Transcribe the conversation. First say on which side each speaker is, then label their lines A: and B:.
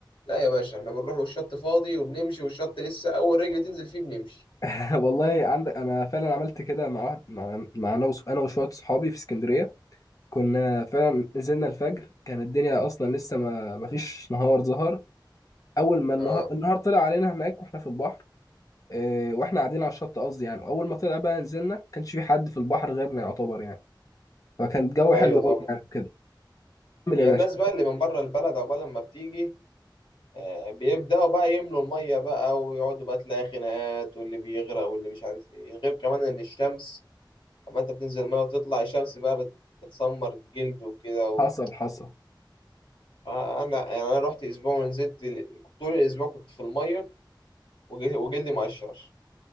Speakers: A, on the left (about 85°); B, on the left (about 45°).
A: لا يا باشا احنا بنروح والشط فاضي وبنمشي والشط لسه اول رجل تنزل فيه بنمشي
B: <laughs> والله عندك انا فعلا عملت كده مع واحد مع مع انا وص- انا وشويه صحابي في اسكندريه كنا فعلا نزلنا الفجر كان الدنيا اصلا لسه ما ما فيش نهار ظهر اول ما النهار
A: اه
B: النهار طلع علينا هناك واحنا في البحر إيه، واحنا قاعدين على الشط قصدي يعني اول ما طلع بقى نزلنا ما كانش في حد في البحر غيرنا يعتبر يعني فكان الجو
A: ايوه
B: حلو قوي
A: طبعا
B: يعني كده كمل
A: هي
B: يا باشا
A: الناس بقى اللي من بره البلد عقبال لما بتيجي آه، بيبداوا بقى يملوا الميه بقى ويقعدوا بقى تلاقي خناقات واللي بيغرق واللي مش عارف ايه غير كمان ان الشمس لما انت بتنزل الميه وتطلع الشمس بقى بت- بتسمر الجلد وكده و...
B: حصل حصل
A: آه، انا يعني انا رحت اسبوع ونزلت ال- طول الاسبوع كنت في الميه وج- وجلدي مقشر